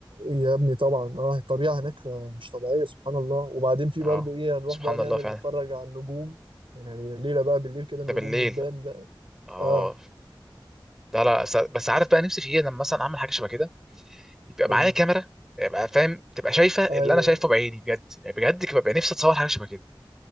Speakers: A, on the right; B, in the centre.
A: يا ابني طبعا اه الطبيعه هناك آه، مش طبيعيه سبحان الله وبعدين في
B: اه
A: برضو ايه هنروح
B: سبحان
A: بقى نعمل
B: الله فعلا
A: نتفرج على النجوم يعني يعني الليله بقى بالليل كده النجوم
B: ده بالليل
A: بتبان بقى
B: اه
A: اه
B: لا لا س- بس عارف بقى نفسي في ايه لما مثلا اعمل حاجه شبه كده يبقى
A: قول
B: معايا
A: لي
B: كاميرا يبقى فاهم تبقى شايفه اللي
A: ايوه
B: انا شايفه بعيني بجد يعني بجد كده ببقى نفسي اتصور حاجه شبه كده